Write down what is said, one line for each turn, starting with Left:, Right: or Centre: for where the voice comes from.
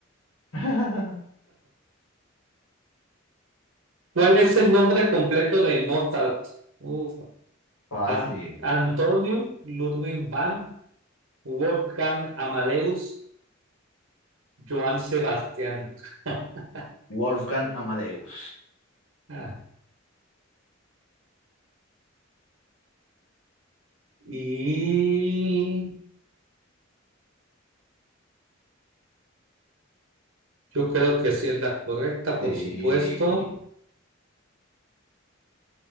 Left: <laughs>
Right: ¿Cuál es el nombre completo de Mozart? Uf.
Left: Fácil.
Right: An- Antonio Ludwig van Wolfgang Amadeus Johann Sebastián. <laughs>
Left: Wolfgang Amadeus.
Right: Ah, y yo creo que sí es la correcta,
Left: Sí.
Right: por supuesto.